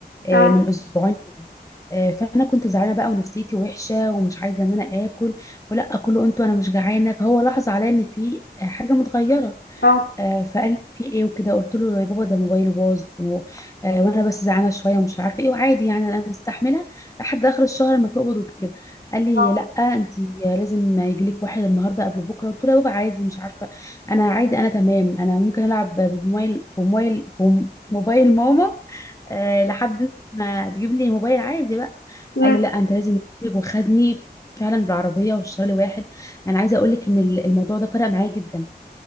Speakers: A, on the left; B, on the left.
A: آه،
B: اه
A: من اسبوعين كده آه، فانا كنت زعلانه بقى ونفسيتي وحشه ومش عايزه ان انا اكل ولا اكل وانتوا انا مش جعانه فهو لاحظ عليا ان في حاجه متغيره
B: اه
A: آه، فقال لي في ايه وكده قلت له يا بابا ده موبايله باظ و- آه، وانا بس زعلانه شويه ومش عارفه ايه وعادي يعني انا مستحمله لحد اخر الشهر ما تقبض وكده قال لي
B: اه
A: لا انت لازم يجي لك واحد النهارده قبل بكره قلت له يا بابا عادي مش عارفه انا عادي انا تمام انا ممكن العب بموبايل بموبايل بم- موبايل ماما آه، لحد ما تجيب لي موبايل عادي بقى
B: اه
A: قال لي لا انت لازم يجيلك وخدني فعلا بالعربيه والشهر لواحد انا عايزه اقول لك ان الموضوع ده فرق معايا جدا